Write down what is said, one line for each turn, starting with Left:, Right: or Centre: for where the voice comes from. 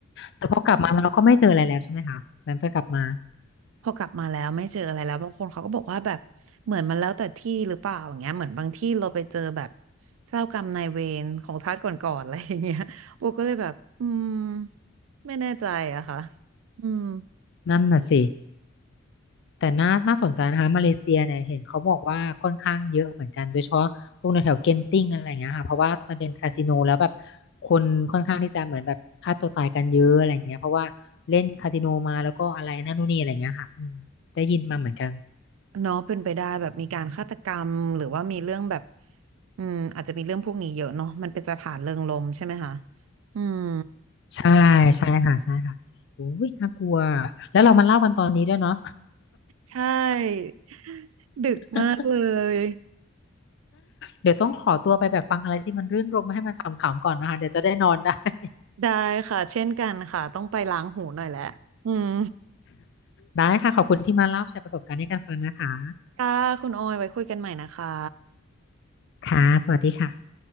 Left: แต่พอกลับมาเราก็ไม่เจออะไรแล้วใช่ไหมคะหลังจากกลับมา
Right: พอกลับมาแล้วไม่เจออะไรแล้วบางคนเขาก็บอกว่าแบบเหมือนมันแล้วแต่ที่หรือเปล่าอย่างเงี้ยเหมือนบางที่เราไปเจอแบบเจ้ากรรมนายเวรของชาติก่อนๆอะไรอย่างเงี้ยโบก็เลยแบบอืมไม่แน่ใจอะค่ะอืม
Left: นั่นน่ะสิ แต่น่าน่าสนใจนะคะมาเลเซียเนี่ยเห็นเขาบอกว่าค่อนข้างเยอะเหมือนกันโดยเฉพาะตรงแถวๆเกนติ้งอะไรอย่างเงี้ยค่ะเพราะว่ามันเป็นคาสิโนแล้วแบบคนค่อนข้างที่จะเหมือนแบบฆ่าตัวตายกันเยอะอะไรอย่างเงี้ยเพราะว่าเล่นคาสิโนมาแล้วก็อะไรนั่นนู่นนี่อะไรอย่างเงี้ยค่ะอืมได้ยินมาเหมือนกัน
Right: เนาะเป็นไปได้แบบมีการฆาตกรรมหรือว่ามีเรื่องแบบอืมอาจจะมีเรื่องพวกนี้เยอะเนาะมันเป็นสถานเริงรมย์ใช่ไหมคะอืม
Left: ใช่ใช่ค่ะใช่ค่ะอุ้ยน่ากลัวแล้วเรามาเล่ากันตอนนี้ด้วยเนาะ
Right: ใช่ดึกมากเลย
Left: <laughs> เดี๋ยวต้องขอตัวไปแบบฟังอะไรที่มันรื่นรมให้มันขำๆก่อนนะคะเดี๋ยวจะได้นอนได้ <laughs>
Right: ได้ค่ะเช่นกันค่ะต้องไปล้างหูหน่อยแหละอืม
Left: ได้ค่ะขอบคุณที่มาเล่าแชร์ประสบการณ์ให้กันฟังนะคะ
Right: ค่ะคุณโออยไว้คุยกันใหม่นะคะ
Left: ค่ะสวัสดีค่ะ